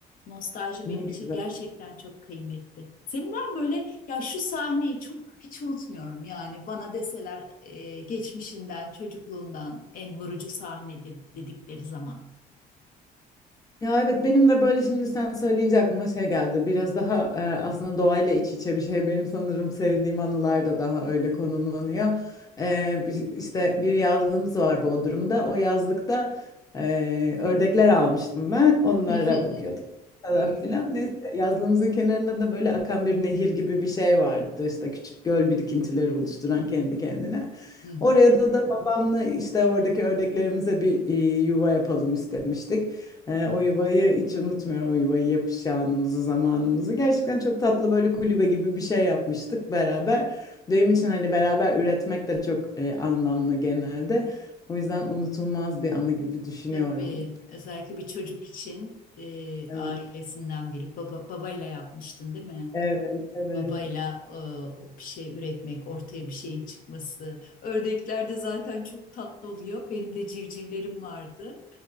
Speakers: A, on the left (about 55°); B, on the left (about 20°).
A: Nostalji
B: Ne
A: benim
B: güzel.
A: için gerçekten çok kıymetli. Senin var mı böyle ya şu sahneyi çok hiç unutmuyorum yani bana deseler e, geçmişinden, çocukluğundan en vurucu sahne de- dedikleri zaman.
B: Ya evet benim de böyle şimdi sen söyleyince aklıma şey geldi. Biraz daha e, aslında doğayla iç içe bir şey. Benim sanırım sevdiğim anılar da daha öyle konumlanıyor. E, bir- işte bir yazlığımız var Bodrum'da. O yazlıkta e, ördekler almıştım ben. Onlara
A: <laughs>
B: bakıyordum falan
A: Hmm,
B: filan. Neyse yazlığımızın kenarında da böyle akan bir nehir gibi bir şey vardı. İşte küçük göl birikintileri oluşturan kendi kendine.
A: hı hı.
B: Oraya da da babamla işte oradaki ördeklerimize bir e, yuva yapalım istemiştik. Ee, o yuvayı hiç unutmuyorum. O yuvayı yapış anımızı, zamanımızı. Gerçekten çok tatlı böyle kulübe gibi bir şey yapmıştık beraber. Benim için hani beraber üretmek de çok e, anlamlı genelde. O yüzden unutulmaz bir anı gibi düşünüyorum.
A: Tabii özellikle bir çocuk için e,
B: Evet,
A: ailesinden biri baba babayla yapmıştın değil mi?
B: evet, evet.
A: Babayla e, o bir şey üretmek, ortaya bir şeyin çıkması. Ördeklerde zaten çok tatlı oluyor. Benim de civcivlerim vardı.